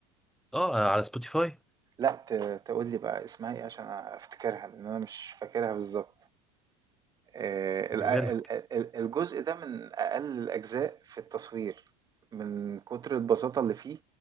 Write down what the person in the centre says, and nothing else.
اه على سبوتيفاي
بيقولها
لك